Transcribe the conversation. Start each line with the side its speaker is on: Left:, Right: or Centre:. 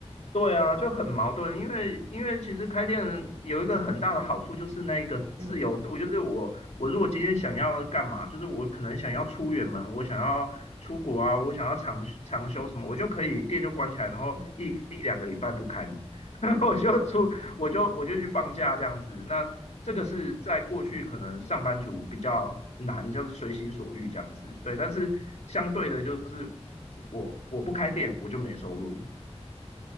Left: 对啊，就很矛盾，因为因为其实开店有一个很大的好处就是那个自由度，
Right: 嗯
Left: 就是我我如果今天想要干嘛，就是我可能想要出远门，我想要出国啊，我想要长长休什么，我就可以店就关起来，然后一一两个礼拜不开门，
Right: 嗯
Left: <laughs> 然后我就出我就我就去放假这样子。那这个是在过去可能上班族比较难，
Right: 嗯
Left: 就是随心所欲这样子，对。但是相对的，就是我我不开店，我就没收入。